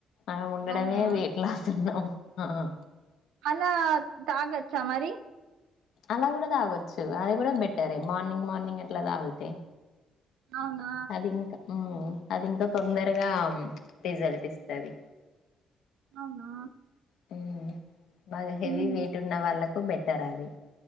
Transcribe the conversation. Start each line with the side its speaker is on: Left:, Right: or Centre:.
Left: ఆ ఉండడమే
Right: అవునా
Left: వెయిట్ లాస్ ఉన్నా ఆహా
Right: అలా తాగచ్చా మరి
Left: అలా కూడా తాగొచ్చు అది కూడా బెటరే మార్నింగ్ మార్నింగ్ అట్లా తాగితే
Right: అవునా
Left: అది ఇంకా ఉ అది ఇంకా తొందరగా రిజల్ట్ ఇస్తుది
Right: అవునా
Left: హుహు బగా హెవీ
Right: ఉమ్
Left: వెయిట్ ఉన్న వాళ్ళకు బెటర్ అది